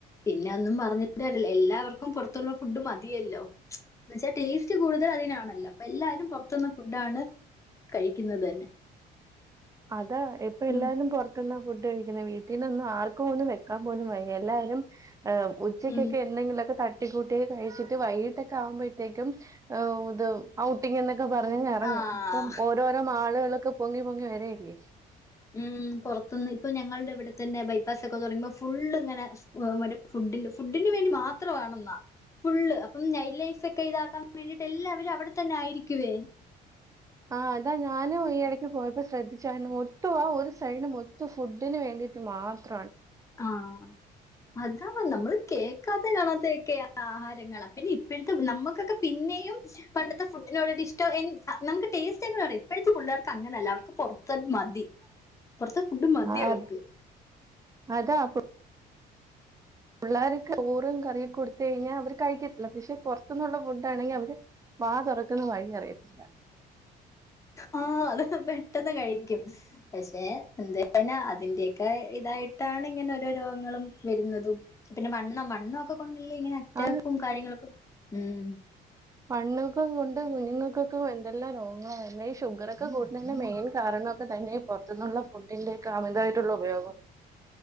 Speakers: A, on the left; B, on the right.
A: പിന്നെ ഒന്നും പറഞ്ഞിട്ട് കാര്യവില്ല എല്ലാവർക്കും പുറത്തുള്ള ഫുഡ് മതിയല്ലോ എന്നുവെച്ച ടേസ്റ്റ് കൂടുതലതിനാണല്ലോ അപ്പൊ എല്ലാരും പുറത്തുന്ന് ഫുഡാണ് കഴിക്കുന്നത് തന്നെ
B: അതാ ഇപ്പൊ എല്ലാരും
A: ഉം
B: പുറത്തുന്നാ ഫുഡ് കഴിക്കുന്നെ വീ ട്ടീനൊന്നും ആർക്കും ഒന്നും വെക്കാൻ പോലും വയ്യ എല്ലാവരും അ ഉച്ചക്കൊക്കെ
A: ഉം
B: എന്തെങ്കിലുവൊക്കെ ത ട്ടികൂട്ടി കഴിച്ചിട്ട് വൈട്ടക്കെ ആകുമ്പഴത്തേക്കും ഓ ഇത് ഔട്ടിങ്ങി ക്കെ പറഞ്ഞങ്ങിറങ്ങും
A: ആഹ്
B: ഇപ്പം ഓരോരോ മാളുകളൊക്കെ പൊങ്ങി പൊങ്ങി വരല്ലേ
A: ഉം പുറത്തുന്ന് ഇപ്പൊ ഞങ്ങളുടെ ഇവിടെ തന്നെ ബൈപ്പാസൊക്കെന്ന് പറയുമ്പോ ഫുള്ളിങ്ങനെ മറ്റേ ഫു ഡിന്റെ ഫുഡിന് വേണ്ടി മാത്രവാണെന്നാ ഫുള്ള് അപ്പം നൈറ്റ് ലൈഫൊക്കെ ഇതാക്കാൻ വേണ്ടിട്ട് എല്ലാവുരും അവിടെ തന്നെ ആയിരിക്കുവേ
B: ആ അതാ ഞാനും ഈ ഇടക്ക് പോയപ്പോ ശ്രദ്ധിച്ചാരുന്നു മൊത്തം ആ ഒരു സൈഡ് മൊത്തം ഫുഡിന് വേണ്ടി ട്ട് മാത്രം
A: ആഹ അതാവും നമ്മള് കേ ക്കാതേം കാണാത്തയൊക്കെ ആഹാരങ്ങള പിന്നെ ഇപ്പോഴത്തെ നമ്മക്കൊക്കെ പിന്നെയും പണ്ടത്തെ ഫുഡിനോടൊരിഷ്ടം എൻ നമുക്ക് ടേസ്റ്റെങ്കിലും അറിയാം ഇപ്പോഴത്തെ പിള്ളേർക്കങ്ങനല്ല അവർക്ക് പുറത്തന്ന് മതി പുറത്തെ ഫുഡ് മതി
B: ആത്
A: അവർക്ക്
B: അതാപ്പം പിള്ളേരക്ക് ഓറും കറിയും കൊടുത്ത് കഴിഞ്ഞാ അവര് കഴിക്കത്തില്ല പക്ഷെ പുറത്തുന്നുള്ള ഫുഡാണെങ്കി അവര് വാ തുറക്കന്ന് വഴിയറിയത്തില്ല.
A: ആ ആ അത് പെട്ടെന്ന് കഴിക്കും. പക്ഷെ എന്തെഞ്ഞാ അതിന്റെക്കെ ഇതായിട്ടാണ് ഇങ്ങനെ ഓരോ രോഗങ്ങളും വരുന്നതും പിന്നെ വണ്ണം. വണ്ണോക്കെ കൊണ്ട്‌ ഇല്ല ങ്ങനെ അറ്റാക്കും
B: ആ
A: കാര്യങ്ങളൊക്കെ ഉം
B: പണ്ണൊക്കെ കൊണ്ട് കുഞ്ഞുങ്ങൾക്കൊക്കെ എന്തെല്ലാം രോഗ അല്ല ഈ ഷുഗറൊക്കെ കൂട്ടുന്നതിന് മെയിൻ കാരണൊക്കെ തന്നെ. പൊർത്ത്ന്നുള്ള ഫുഡിന്റെക്ക അമിതമായിട്ടുള്ള ഉപയോഗാ